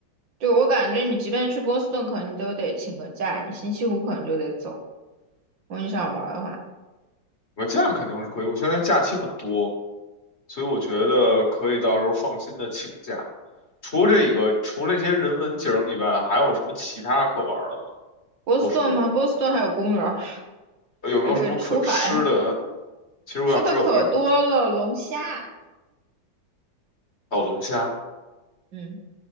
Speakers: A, on the right; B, on the left.
A: 对，我感觉你即便去波士顿，可能你都得请个假，你星期五可能就得走。如果你想玩儿的话。
B: 我假肯定是可以，我现在假期很多，所以我觉得可以到时候放心的请假。除了这个，除了这些人文景儿以外，还有什么其他可玩儿的吗？
A: 波士顿吗？
B: 波士顿
A: 波士顿还有公园儿，
B: 呃有没有什么可吃的？
A: 还可以出海，
B: 其实我想知道有没有什么
A: 吃的可多了，龙虾。
B: 还有龙虾，
A: 嗯，